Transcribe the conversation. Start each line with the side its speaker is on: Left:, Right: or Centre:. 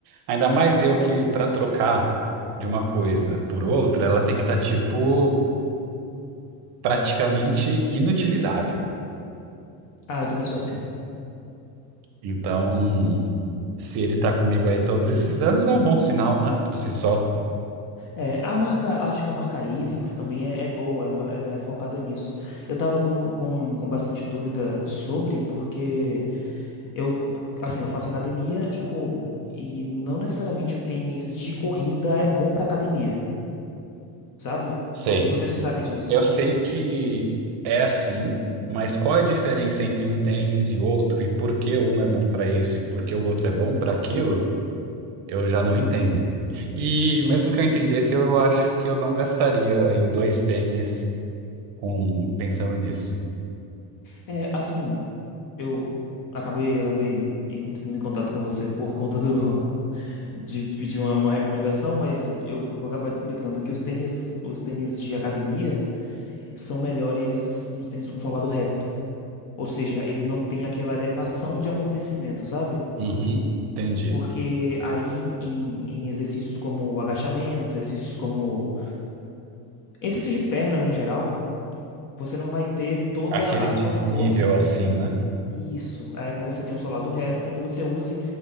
Right: Ainda mais eu que, para trocar de uma coisa por outra, ela tem que estar, tipo, praticamente inutilizável.
Left: Ah, eu também sou assim.
Right: Então. Se ele tá comigo aí todos esses anos, é um bom sinal, né? Por si só.
Left: É, a marca, acho que a marca ASICS também é, é boa, ela, ela é focada nisso. Eu tava com, com, com bastante dúvida sobre, porque eu, assim, eu faço academia e corro. E não necessariamente o tênis de corrida é bom pra academia. sabe?
Right: Sei.
Left: Eu não sei se você sabe disso.
Right: Eu sei que é assim, mas qual é a diferença entre um tênis e outro e por que um é bom para isso e por que o outro é bom para aquilo? Eu já não entendo. E mesmo que eu entendesse, eu acho que eu não gastaria em dois tênis com pensando nisso.
Left: É, assim, eu acabei, acabei entrando em contato com você por conta do, <laughs> de te pedir uma, uma recomendação, mas eu vou acabar te explicando que os tênis, os tênis de academia são melhores uns tênis com solado reto. Ou seja, eles não têm aquela elevação de amortecimento, sabe?
Right: Uhum, entendi.
Left: Porque aí em, em em exercícios como agachamento, exercícios como exercício de perna no geral, você não vai ter toda
Right: Aquele
Left: a sua
Right: desnível
Left: força
Right: assim, né?
Left: Isso. É bom você ter um solado reto para que você use